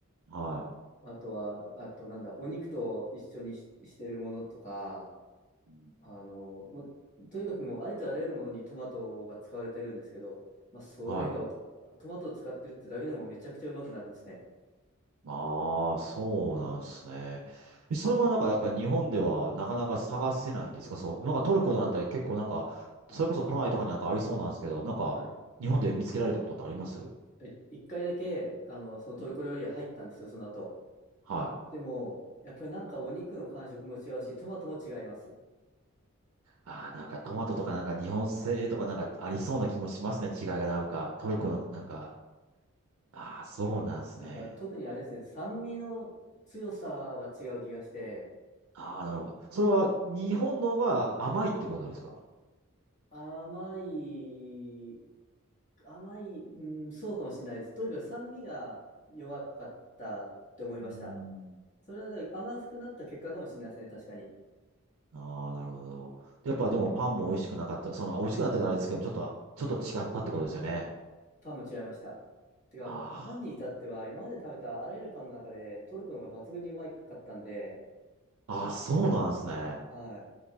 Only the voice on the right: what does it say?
は
い。うん
はい。
ああ、そうなんですね。えそれはなんかやっぱり日本ではなかなか探せないんですかそう。なんかトルコなんて結構なんか、
それこそ都内とかになんかありそうなんですけど、なんか日本で見つけられたことってありますう
ん
はい。
ああ、なんかトマトとかなんか日本製とかなんかありそうな気もしますね。
違いがなんか、トルコのなんか、
ああ、そうなんですね。
ああ、なるほど。それは日本のが甘いってことですか
うーん。
ああ、なるほど。やっぱでもパンも美味しくなかった。その、美味しくなったらあれですけど、ちょっと、ちょっと違ったってことですよね。
あ
あ、ああ、そうなんですね。